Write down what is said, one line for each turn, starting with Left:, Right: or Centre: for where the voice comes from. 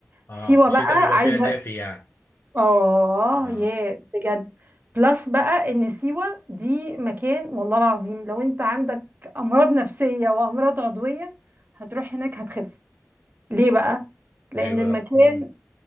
Left: آه
Right: سيوه
Left: الشتاء
Right: بقى إيه
Left: بيبقى
Right: ده؟ عايزه
Left: فيها دافي يعني
Right: اه
Left: آه.
Right: يا بجد بلس بقى ان سيوه دي مكان والله العظيم لو انت عندك امراض نفسيه وامراض عضويه هتروح هناك هتخف ليه بقى لان
Left: ليه بقى؟
Right: المكان
Left: مم.